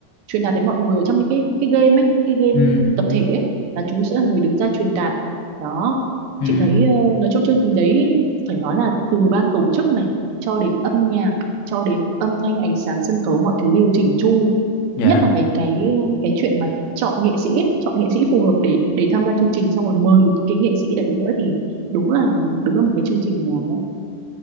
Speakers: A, on the right; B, on the left.
A: truyền đạt đến mọi người trong những cái cái game ấy những cái game
B: Ừ.
A: tập thể ấy là chú sẽ là người đứng ra truyền đạt đó
B: Ừ.
A: chị thấy ờ, nói chung chương trình đấy phải nói là từ ban tổ chức này cho đến âm nhạc cho đến âm thanh ánh sáng sân khấu mọi thứ đều chỉnh chu
B: Dạ.
A: nhất là cái cái cái chuyện mà chọn nghệ sĩ ấy, chọn nghệ sĩ phù hợp để để tham gia chương trình xong rồi mời được những cái nghệ sĩ đấy nữa thì đúng là đúng là một cái chương trình nó